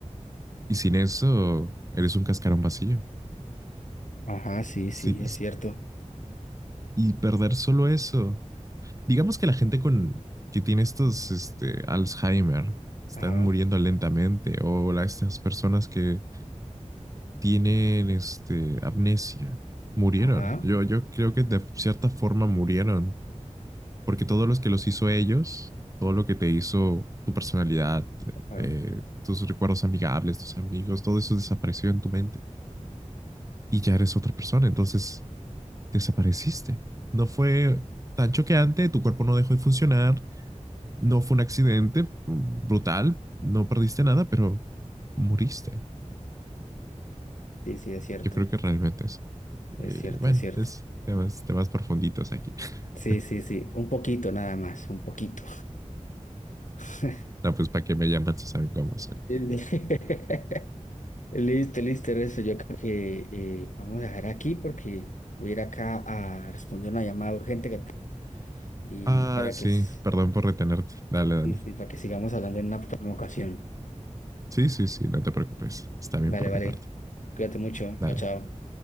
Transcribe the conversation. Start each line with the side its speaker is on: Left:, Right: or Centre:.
Right: Y sin eso, eres un cascarón vacío.
Left: Ajá, sí,
Right: Sí,
Left: sí, es cierto.
Right: Y perder solo eso. Digamos que la gente con que tiene estos, este, Alzheimer, están
Left: Ajá,
Right: muriendo lentamente, o la- estas personas que tienen, este, amnesia, murieron.
Left: ajá,
Right: Yo, yo creo que de cierta forma murieron, porque todos los que los hizo ellos, todo lo que te hizo tu personalidad,
Left: ajá.
Right: eh, tus recuerdos amigables, tus amigos, todo eso desapareció en tu mente y ya eres otra persona. Entonces desapareciste. No fue tan choqueante, tu cuerpo no dejó de funcionar, no fue un accidente brutal, no perdiste nada, pero moriste.
Left: Sí, sí, es cierto,
Right: Yo creo que realmente es.
Left: es
Right: Eh,
Left: cierto,
Right: bueno,
Left: es cierto.
Right: es temas, temas profunditos aquí. <laughs>
Left: Sí, sí, sí, un poquito nada más, un poquito. <laughs>
Right: no, pues para que me llaman si saben cómo soy.
Left: <laughs> Listo, listo, eso yo creo que eh, vamos a dejar aquí porque voy a ir acá a responder una llamada urgente que tengo y
Right: Ah,
Left: para
Right: sí,
Left: que, s-
Right: perdón por retenerte. Dale, dale.
Left: y- y para que sigamos hablando en una próxima ocasión.
Right: Sí, sí, sí, no te preocupes. Está bien
Left: Vale,
Right: por
Left: vale.
Right: mi parte.
Left: Cuídate mucho.
Right: Dale.
Left: Chao, chao.